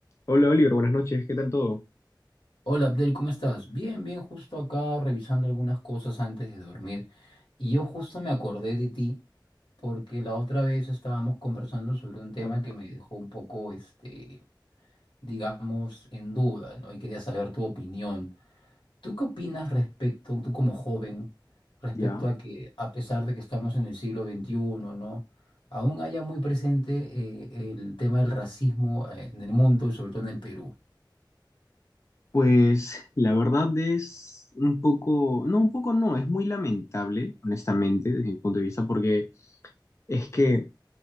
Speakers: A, on the left; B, on the left.
A: Hola Oliver, buenas noches, ¿qué tal todo?
B: Hola Abdel, ¿cómo estás? Bien, bien, justo acá revisando algunas cosas antes de dormir. Y yo justo me acordé de ti porque la otra vez estábamos conversando sobre un tema
A: Ah,
B: que me dejó un poco, este, digamos, en duda, ¿no? Y quería saber tu opinión. ¿Tú qué opinas respecto, tú como joven, respecto
A: Ya,
B: a que a pesar de que estamos en el siglo XXI, ¿no? Aún haya muy presente eh, el tema del racismo eh, en el mundo y sobre todo en el Perú?
A: pues la verdad es un poco, no, un poco no, es muy lamentable, honestamente, desde mi punto de vista, porque es que